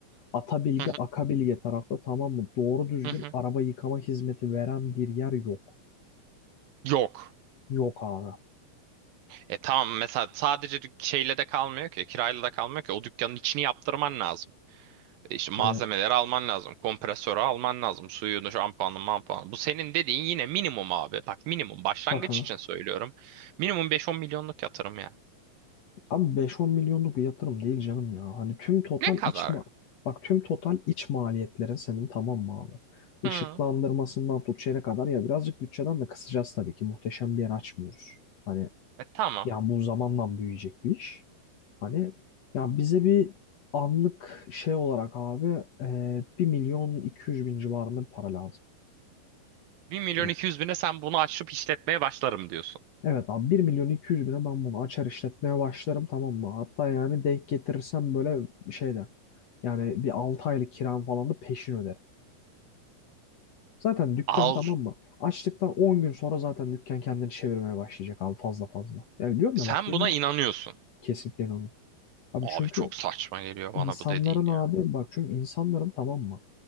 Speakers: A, on the left; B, on the right.
A: Atabilge,
B: Hı hı,
A: Akabilge tarafta tamam mı? Doğru düzgün
B: hı hı.
A: araba yıkama hizmeti veren bir yer yok.
B: Yok.
A: Yok abi.
B: E tamam mesela sadece dük- şeyle de kalmıyor ki kirayla da kalmıyor ki o dükkanın içini yaptırman lazım. E, İşte malzemeleri
A: Hani
B: alman lazım. Kompresörü alman lazım. Suyunu, şampuanı, mampuanı. Bu senin dediğin yine minimum abi. Bak minimum. Başlangıç
A: <laughs>
B: için söylüyorum. Minimum 5-10 milyonluk yatırım ya.
A: Abi beş on milyonluk bir yatırım değil canım ya. Hani tüm total
B: Ne kadar?
A: iç ma bak tüm total iç maliyetlerin senin tamam mı abi? Işıklandırmasından
B: Hı.
A: tut şeye kadar ya birazcık bütçeden de kısacağız tabii ki. Muhteşem bir yer açmıyoruz. Hani
B: E tamam.
A: yani bu zamanla büyüyecek bir iş. Hani ya bize bir anlık şey olarak abi e, 1 milyon iki yüz bin civarında bir para lazım.
B: 1 milyon
A: Hani
B: 200 bine sen bunu açıp işletmeye başlarım diyorsun.
A: Evet abi bir milyon iki yüz bine ben bunu açar işletmeye başlarım tamam mı? Hatta yani denk getirirsem böyle şeyden yani bir 6 aylık kiram falan da peşin öderim. Zaten dükkan
B: Al.
A: tamam mı? Açtıktan 10 gün sonra zaten dükkan kendini çevirmeye başlayacak abi fazla fazla. Yani diyorum
B: Sen
A: ya bak gün
B: buna inanıyorsun.
A: kesinlikle inanıyorum. Abi
B: Abi
A: çünkü
B: çok saçma geliyor bana
A: insanların
B: bu dediğin ya.
A: abi bak çünkü insanların tamam mı?